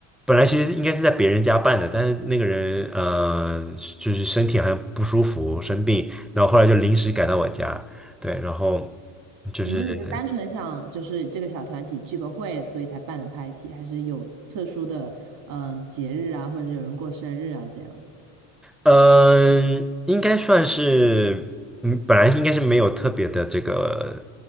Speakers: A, in the centre; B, on the right.
A: 本来其实应该是在别人家办的，但是那个人嗯，就是身体好像不舒服，生病，然后后来就临时改到我家。对，然后就是。
B: 你们只是单纯想就是这个小团体聚个会，所以才办的 party，还是有特殊的嗯、呃节日啊，或者有人过生日啊这样的？
A: 嗯，应该算是，嗯，本来应该是没有特别的这个